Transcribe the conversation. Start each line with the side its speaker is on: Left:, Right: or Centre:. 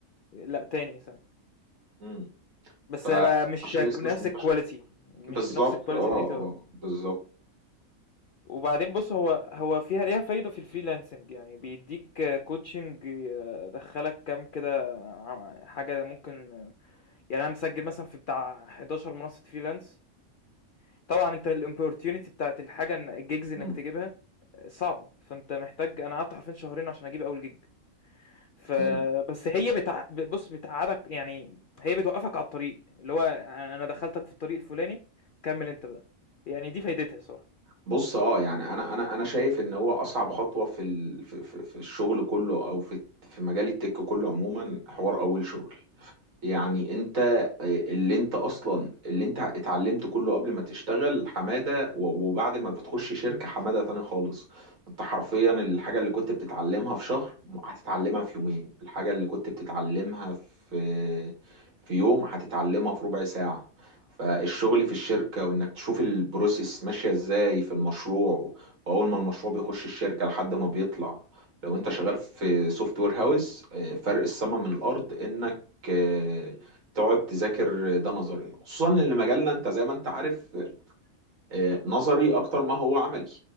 Left: لأ تاني سنة،
Right: امم فعشان
Left: بس بقى مش
Right: لسه
Left: بنفس
Right: مش منتشر
Left: الquality مش
Right: بالظبط
Left: بنفس الquality
Right: اه
Left: الATI.
Right: اه بالظبط
Left: وبعدين بص هو هو فيها ليها فايدة في الفريلانسنج يعني بيديك كوتشنج دخلك كام كده ع- حاجة ممكن يعني أنا مسجل مثلا في بتاع 11 منصة فريلانس طبعا انت الاوبورتيونيتي بتاعت الحاجة ان الجيجز انك
Right: مم.
Left: تجيبها صعبة فانت محتاج انا قعدت حرفيا شهرين عشان اجيب اول جيج فبس
Right: مم.
Left: هي بتع... بص بتقعدك يعني هي بتوقفك على الطريق اللي هو انا دخلتك في الطريق الفلاني كمل انت بقى يعني دي فايدتها صراحة
Right: بص اه يعني انا انا انا شايف ان هو اصعب خطوه في ال... في في في الشغل كله او في في مجال التك كله عموما حوار اول شغل يعني انت اللي انت اصلا اللي انت اتعلمته كله قبل ما تشتغل حمادة و- وبعد ما بتخش شركة حمادة تاني خالص انت حرفيا الحاجة اللي كنت بتتعلمها في شهر هتتعلمها في يومين الحاجة اللي كنت بتتعلمها في في يوم هتتعلمها في ربع ساعة فالشغل في الشركة وانك تشوف البروسيس ماشية ازاي في المشروع واول ما المشروع بيخش الشركة لحد ما بيطلع لو انت شغال في سوفت وير هاوس فرق السما من الارض انك آه، تقعد تذاكر آه، ده نظري خصوصا ان مجالنا انت زي ما انت عارف آه، نظري اكتر ما هو عملي